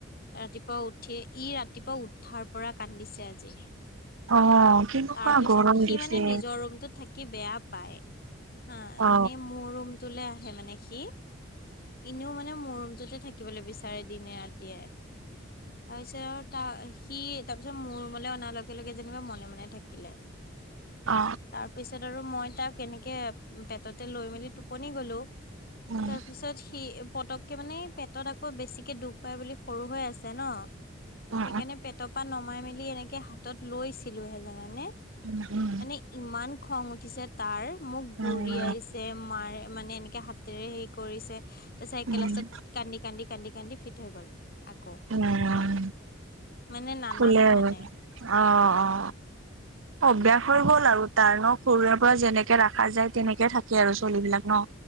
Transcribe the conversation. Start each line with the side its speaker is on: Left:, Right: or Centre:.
Left: ৰাতিপুৱা উঠি ই ৰাতিপুৱ উঠাৰ পৰা কান্দিছে আজি।
Right: অ', কেনেকুৱা
Left: তাৰ পিছত
Right: গৰম
Left: সি
Right: দিছে
Left: মানে নিজৰ ৰুমটোত থাকি বেয়া পায়। হা
Right: অ
Left: মানে মোৰ ৰুমটোলৈ আহে মানে সি এনেও মানে মোৰ ৰুমটোতে শিকিবলৈ বিচাৰে দিনে ৰাতিয়ে তাৰপিছত তাৰ সি তাৰপিছত মোৰ মোলে অনাৰ লগে - লগে যেনিবা মনে - মনে থাকিলে
Right: অ
Left: তাৰ পিছত আৰু মই তাক কেনেকে পেটতে লৈ মেলি টোপনি গলো
Right: উম
Left: তাৰ পিছত সি পতককে মানে পেটত আকৌ বেছিকে দুখ পায় বুলি সৰু হৈ আছে ন।
Right: উম উম উম
Left: সেইকাৰণে পেটৰ পৰা নমাই মেলি এনেকে হাতত লৈছিলে। মানে-
Right: উম
Left: মানে ইমান খং উঠিছে তাৰ মোক গুৰিয়াইছে
Right: উম
Left: মাৰে মানে এনেকে হাতেৰে হেই কৰিছে। চাইকেল
Right: উম
Left: আছে
Right: উম
Left: কান্দি - কান্দি - কান্দি - কান্দি ফিট হৈ গ'ল। আকৌ
Right: উম,
Left: মানে নানামে
Right: শুলে আৰু
Left: মানে
Right: অ - অ। অভ্যাস হৈ গ'ল আৰু তাৰ ন সৰুৰে পৰা যেনেকে ৰাখা যায় তেনেকে থাকে আৰু চলিবিলাক ন।